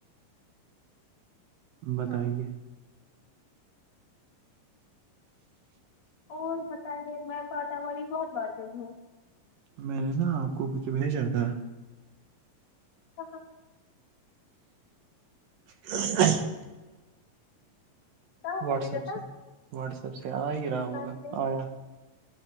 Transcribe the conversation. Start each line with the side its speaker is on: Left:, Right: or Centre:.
Right: بتائیے
Left: ہاں اور بتائیے میں باتاماری بہت بار گئی ہوں
Right: میں نے نا آپ کو کچھ بھیجا تھا
Left: ہاں ہاں
Right: چ
Left: کہاں
Right: واٹسپ
Left: بھیجا
Right: سے واٹسپ سے آ ہی
Left: تھا
Right: رہا ہوگا آیا